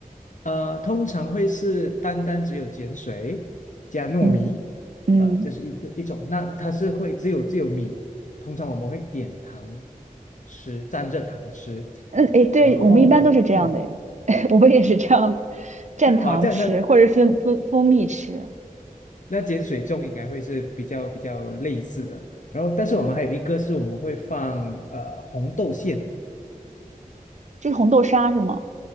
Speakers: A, on the left; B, on the right.
A: 呃，通常会是单单只有碱水加糯米，
B: 嗯嗯
A: 呃，这是一个一种，那它是会只有只有米，通常我们会点糖吃，蘸着糖吃，
B: 嗯，哎，对，
A: 然后嗯，
B: 我们一般都是这样的，哎 <laughs> 我们也是这样蘸糖吃，
A: 啊，这样那
B: 或者是蜂蜂蜂蜜吃。
A: 那碱水粽应该会是比较比较类似的。然后，但是我们还有一个是我们会放呃红豆馅，
B: 对，就是红豆沙是吗？